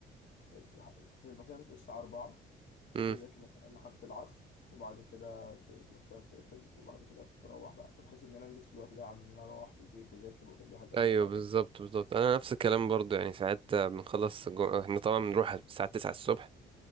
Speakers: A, on the left; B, on the right.
A: الس- كان المكتبة بتقفل الساعة 4 كنت
B: امم
A: بذاكر مثلا لحد العصر وبعد كده ب- المكتبة بتقفل وبعد كده بروح بقى فبحس إن أنا أنجز في الوقت ده عن إن أنا أروح في البيت وأذاكر وكان الواحد بيرجع
B: ايوه
A: تعبان
B: بالظبط بالظبط انا نفس الكلام برضو يعني ساعات بنخلص جو... احنا طبعا بنروح الساعة 9 الصبح